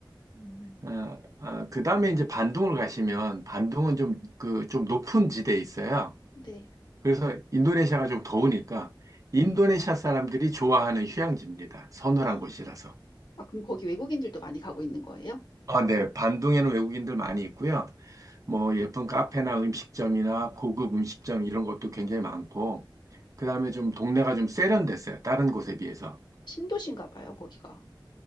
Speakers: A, on the left; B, on the right.
A: 음,
B: 어, 어, 그다음에 이제 반둥을 가시면 반둥은 좀 그 좀 높은 지대에 있어요.
A: 네.
B: 그래서 인도네시아가 좀 더우니까 인도네시아 사람들이 좋아하는 휴양지입니다. 서늘한
A: 아,
B: 곳이라서.
A: 아, 그럼 거기 외국인들도 많이 가고 있는 거예요?
B: 아, 네. 반동에는 외국인들 많이 있고요. 뭐 예쁜 카페나 음식점이나 고급 음식점 이런 것도 굉장히 많고, 그다음에 좀 동네가 좀 세련됐어요. 다른 곳에 비해서.
A: 신도시인가 봐요, 거기가.